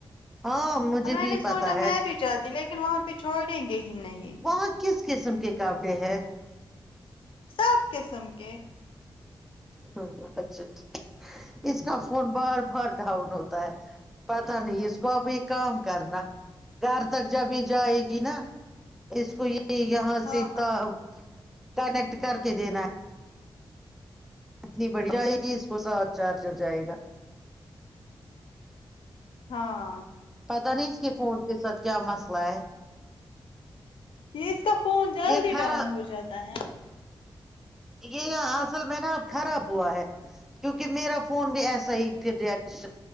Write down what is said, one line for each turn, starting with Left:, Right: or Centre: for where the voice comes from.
Centre: ہاں مجھے
Left: میں
Centre: بھی
Left: نے سوچا
Centre: پتا
Left: میں
Centre: ہے
Left: بھی جاتی لیکن وہاں پہ چھوڑ دیں گے ہی نہیں
Centre: وہاں کس قسم کے کاپڈے ہیں
Left: سب قسم کے
Centre: ہ اچھا اچھا اس کا فون بار بار ڈاؤن ہوتا ہے پتاہ نہیں اس کو اب ایک کام کرنا گھر تک جب یہ جائے گی نا اس کو یہ یہاں
Left: ہاں
Centre: سے ایتا کنیکٹ کر کے دینا ہے اتنی بڑی جائے گی اس کو سات چارجر جائے گا
Left: ہاں
Centre: پتا نہیں اس کے فون کے ساتھ کیا مسئلہ ہے
Left: یہ اس کا فون جلدی
Centre: یہ خرا
Left: ڈاؤن ہو جاتا ہے
Centre: یہ یہ اصل میں نا اب خراب ہوا ہے کیونکہ میرا فون بھی ایسا ہی پھر ریس